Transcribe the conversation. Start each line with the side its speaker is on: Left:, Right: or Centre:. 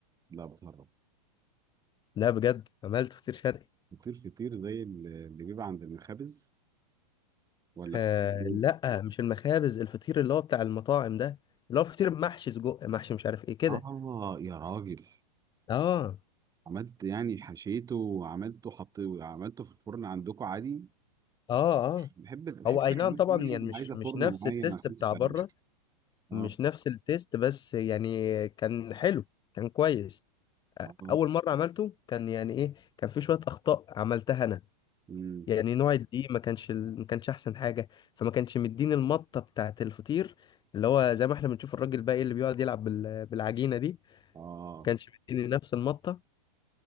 Right: لا بتهرب
Left: لا بجد عملت فطير شرقي
Right: فطير فطير زي ال- اللي بيبقى عند المخابز ولا
Left: آه
Right: فطير
Left: لا مش المخابز الفطير اللي هو بتاع المطاعم ده اللي هو فطير محشي سجق محشي مش عارف ايه كده
Right: اه يا راجل
Left: اه
Right: عملت يعني حشيته وعملته حط عملته في الفرن عندكم عادي
Left: اه اه
Right: بحب بحس ان
Left: هو اي نعم
Right: الحاجات
Left: طبعا
Right: دي
Left: يعني مش
Right: عايزه فرن
Left: مش نفس
Right: معين
Left: التيست
Right: عشان
Left: بتاع
Right: تتعمل
Left: بره مش
Right: اه
Left: نفس التيست بس يعني كان حلو كان كويس
Right: اه
Left: اول مره عملته كان يعني ايه كان في شويه اخطاء عملتها انا
Right: امم
Left: يعني نوع الدقيق ما كانش ال... ما كانش احسن حاجه فما كانش مديني المطه بتاعت الفطير اللي هو زي ما احنا بنشوف الراجل الباقي اللي بيقعد يلعب بال... بالعجينه دي
Right: اه
Left: ما كانش مديني نفس المطه